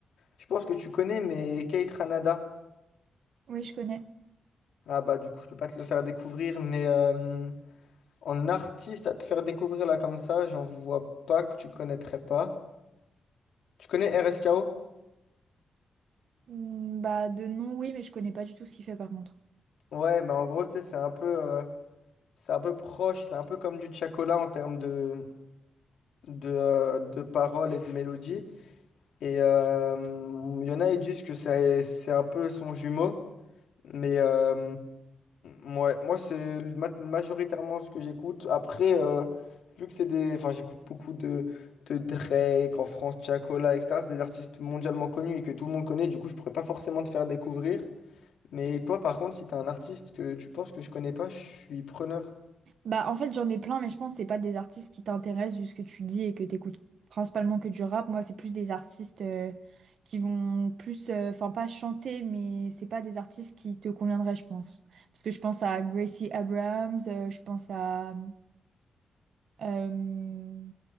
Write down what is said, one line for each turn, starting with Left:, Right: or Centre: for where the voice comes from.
Left: je pense que tu connais mais Kate Ranada
Right: Oui, je connais.
Left: ah bah du coup je peux pas te le faire découvrir mais euh, en artiste à te faire découvrir là comme ça j'en vois pas que tu connaîtrais pas tu connais R S K O
Right: Hmm, bah, de nom, oui, mais je connais pas du tout ce qu'il fait par contre.
Left: Ouais bah en gros tu sais c'est un peu euh, c'est un peu proche c'est un peu comme du Chacola en termes de de, euh, de paroles et de mélodies Et euh, il y en a, ils disent que c'est c'est un peu son jumeau. Mais euh, ouais, moi, c'est ma- majoritairement ce que j'écoute. Après, euh, vu que c'est des. Enfin, j'écoute beaucoup de, de Drake en France, Tiakola, etc. C'est des artistes mondialement connus et que tout le monde connaît. Du coup, je pourrais pas forcément te faire découvrir. Mais toi, par contre, si t'as un artiste que tu penses que je connais pas, je suis preneur.
Right: Bah, en fait, j'en ai plein, mais je pense que c'est pas des artistes qui t'intéressent vu ce que tu dis et que t'écoutes principalement que du rap. Moi, c'est plus des artistes euh, qui vont plus, euh, enfin, pas chanter, mais c'est pas des artistes qui te conviendraient, je pense. Parce que je pense à Gracie Abrams, euh, je pense à. euh,